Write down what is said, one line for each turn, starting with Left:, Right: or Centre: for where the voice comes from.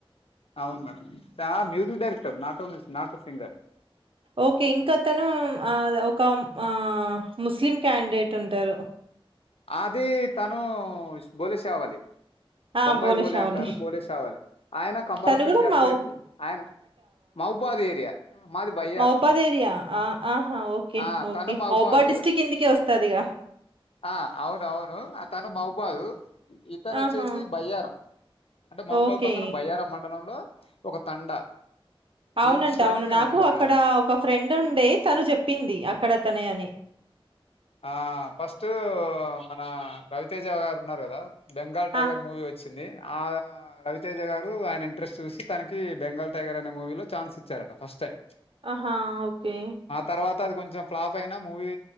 Left: అవును madam sir music director not only not singer
Right: okay ఇంక అతను ఒక ఆ ముస్లిం క్యాండిడేట్ ఉంటారు
Left: ఆదీ తను బోలెషావాలి
Right: ఆ!
Left: బొంబాయి
Right: బోల
Left: బోలే
Right: షావులి.
Left: అంటారు బోలే శావలె ఆయన కంబాలపల్లి
Right: తను గూడా
Left: అటువైపు
Right: మహబ్
Left: ఆయన మౌబ్బాద్ ఏరియా మాది బయ్యారం
Right: మౌబ్బాద్ ఏరియా ఆ ఆహా ఓకే
Left: ఆ
Right: ఓకే
Left: తను మహబాద్
Right: మౌబ్బాద్ డిస్ట్రిక్ట్ కిందికే ఓస్తదిగా
Left: ఆ అవునవును అ తను మౌభాదు ఇతను ఓచ్చేసి
Right: ఆహా!
Left: బయ్యారం అంటే మహుబాల్
Right: ఓకే.
Left: పక్కన బయ్యారం మండలంలో ఒక తండ బీమ్స్
Right: అవునంట అవును
Left: అని
Right: నాకు
Left: ఉంటది
Right: అక్కడ
Left: ఆ
Right: ఒక ఫ్రెండ్ ఉండే తను జెప్పింది అక్కడ తనే అని
Left: ఆ ఫస్ట్ మన రవితేజ గారు ఉన్నారు గదా బెంగాల్ టైగర్
Right: ఆ!
Left: మూవీ ఒచ్చింది అడా రవితేజ గారు ఆయన ఇంట్రెస్ట్ చూసి తనకి బెంగాల్ టైగర్ అనే మూవీలో ఛాన్స్ ఇచ్చారట ఫస్ట్ టైమ్
Right: ఆహా ఓకే
Left: తర్వాత అది కొంచెం ఫ్లాఫ్ అయినా మూవీ